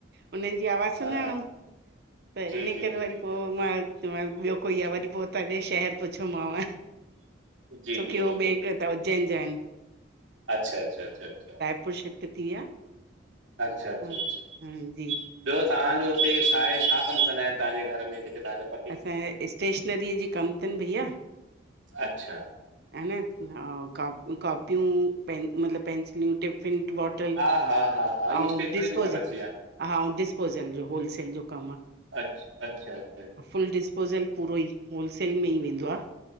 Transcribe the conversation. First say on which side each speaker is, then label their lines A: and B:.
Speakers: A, on the right (about 55°); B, on the right (about 75°).
A: उन्हनि जी आवाज़
B: हा
A: सुञाणूं, त
B: जी
A: इन
B: जी
A: करे
B: जी
A: वरी
B: जी
A: पोइ
B: जी
A: मां मां ॿियो कोई आहे, वरी पोइ तॾहिं शहर पुछियोमांव
B: जी
A: छोकी
B: जी जी
A: हो
B: जी
A: ॿिए
B: जी
A: क
B: जी
A: त उज्जैन जा आहिनि।
B: अच्छा अचछा अछ अछा
A: पाे शिपट थी विया
B: अच्छा अच्छा
A: ह
B: अचछा
A: जी
B: ॿियो तव्हांजो हुते छा आहे, छा कमु कंदा आहिनि तव्हांजे घर में जेके तव्हांखे
A: असांजे स्टेशनरीअ जी कमु अथनि भईया
B: अच्छा
A: हन कापियूं मतलबु पेंसिलियूं टिफिन वॉट बाेटल
B: हा हा हा हा इहा
A: आऊ
B: स्टेशनरी
A: डिस्पोज
B: में सभु अची विया
A: हा ऐं डिस्पोजल जो होलसेल जो कम आ।
B: अ्छ अच्छा अ।
A: फुल डिस्पोज़ल पूरो ई होलसेल में ई वेंदो आ